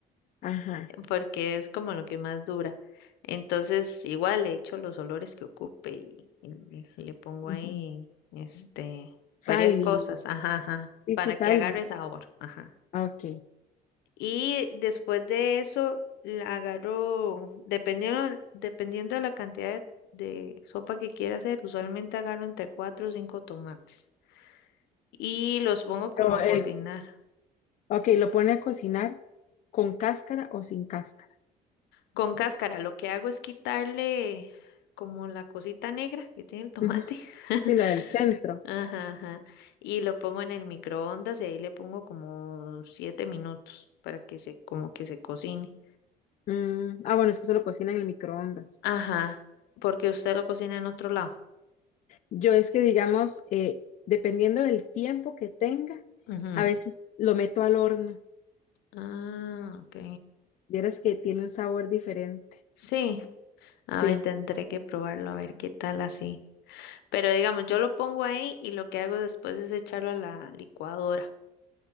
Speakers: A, on the left; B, on the left.
A: Ajá.
B: porque es como lo que más dura. Entonces, igual le echo los olores que ocupe y, y- y le pongo
A: ujú.
B: ahí, este,
A: Sal
B: varias cosas,
A: y...
B: ajá, ajá,
A: Sí,
B: para
A: sí, sal.
B: que agarre
A: y-
B: sabor, ajá.
A: ah, Ok.
B: Y después de eso, la agarro, dependiendo, dependiendo de la cantidad de, de sopa que quiera hacer, usualmente agarro entre cuatro o cinco tomates y los pongo como
A: Pero
B: a
A: el,
B: cocinar.
A: ok, lo pone a cocinar con cáscara o sin cáscara.
B: Con cáscara, lo que hago es quitarle como la cosita negra que tiene el tomate.
A: Ujú.
B: <laughs>
A: Sí, la del centro.
B: Ajá, ajá. Y lo pongo en el microondas y ahí le pongo como siete minutos para que se, como que se cocine.
A: Mm, ah, bueno, es que se lo cocinan en el microondas.
B: Ajá, porque usted lo cocina en otro lado.
A: Yo es que, digamos, eh, dependiendo del tiempo que tenga,
B: Ujú.
A: a veces lo meto al horno.
B: Ah, ok.
A: Vieras que tiene un sabor diferente.
B: Sí, a
A: Sí.
B: ver, tendré que probarlo a ver qué tal así. Pero digamos, yo lo pongo ahí y lo que hago después es echarlo a la licuadora.